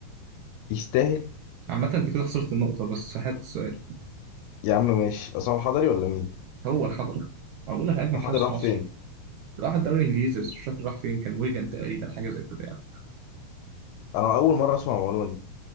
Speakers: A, on the left; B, on the right.
A: يستاهل
B: عامه انت كده خسرت النقطه بس هات السؤال
A: يا عم ماشي عصام الحضري ولا مين
B: هو الحضري هقول لك اجمد
A: الحضري
B: حارس
A: راح
B: في مصر
A: فين
B: راح الدوري الانجليزي بس مش فاكر راح فين كان ويجن تقريبا حاجه زي كده يعني
A: انا اول مره اسمع المعلومه دي